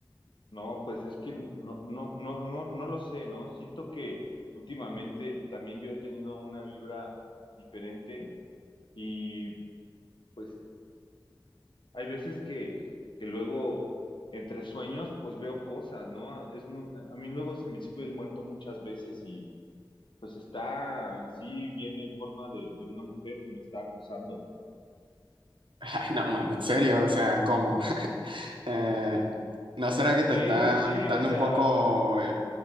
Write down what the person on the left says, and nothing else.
No, pues es que no, no, no, no, no lo sé, ¿no? Siento que últimamente también yo he tenido una vibra diferente y pues Hay veces que, que luego entre sueños pues veo cosas, ¿no? Es muy, a mí luego se me sube el muerto muchas veces y pues está así, viene en forma de, de una mujer que me está acosando.
Sí,
sí,
o sea,